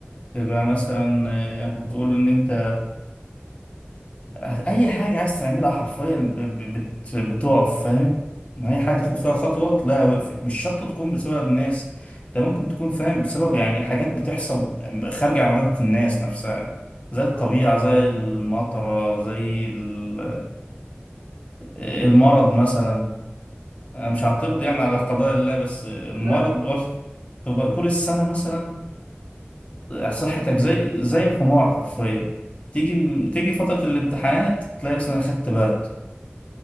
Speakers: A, on the left; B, on the right.
A: تبقى مثلا آه، هتقول إن أنت اي حاجه عايز تعملها حرفيا ب- ب- بت- بتقف فاهم يعني اي حاجه تاخد فيها
B: اه
A: خطوه
B: فاهم
A: تلاقيها وقفت مش شرط تكون بسبب ناس ده ممكن تكون فاهم بسبب يعني حاجات بتحصل خارجه عن ارادة الناس نفسها زي الطبيعه
B: اه فاهم
A: زي المطره زي ال- المرض مثلا انا مش هعترض
B: اه
A: يعني على قضاء الله بس المرض
B: لا طبعا
A: برضه تبقى طول السنه مثلا صحتك زي زي الحمار حرفيا تيجي تيجي فترة الامتحانات تلاقي مثلا خدت برد